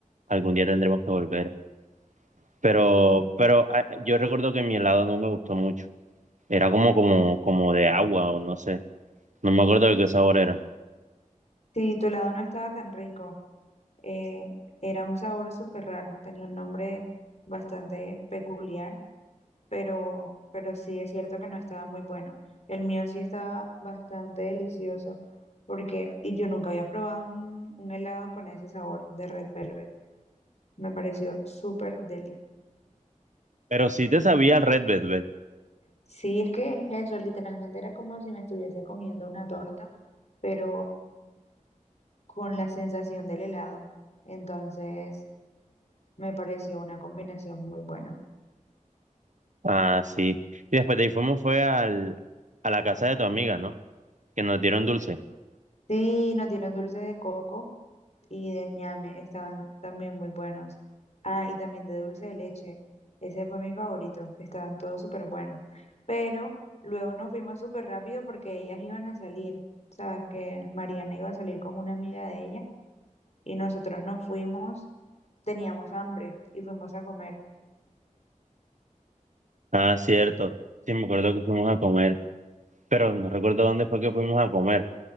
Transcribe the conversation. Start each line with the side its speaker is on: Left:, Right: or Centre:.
Right: Algún día tendremos que volver. Pero,
Left: Sí,
Right: pero ah, yo recuerdo que mi helado no me gustó mucho. Era como, como, como de agua o no sé. No me acuerdo de qué sabor era.
Left: sí, tu helado no estaba tan rico. Eh, era un sabor súper raro, tenía un nombre bastante peculiar, pero, pero sí es cierto que no estaba muy bueno. El mío sí estaba bastante delicioso, porque, y yo nunca había probado un, un helado con ese sabor de Red Velvet. Me pareció súper delicioso.
Right: Pero sí te sabía el Red Velvet.
Left: Sí, es que es eso, literalmente era como si me estuviese comiendo una torta, pero con la sensación del helado. Entonces, me pareció una combinación muy buena.
Right: Ah, sí. Y después de ahí fuimos fue al, a la casa de tu amiga, ¿no? Que nos dieron dulce.
Left: Sí, nos dieron dulce de coco y de ñame, estaban también muy buenos. Ah, y también de dulce de leche, ese fue mi favorito, estaban todos súper buenos. Pero luego nos fuimos súper rápido porque ellas iban a salir, sabes que Mariana iba a salir con una amiga de ella y nosotros nos fuimos, teníamos hambre y fuimos a comer.
Right: Ah, cierto. Sí, me acuerdo que fuimos a comer. Pero no recuerdo dónde fue que fuimos a comer.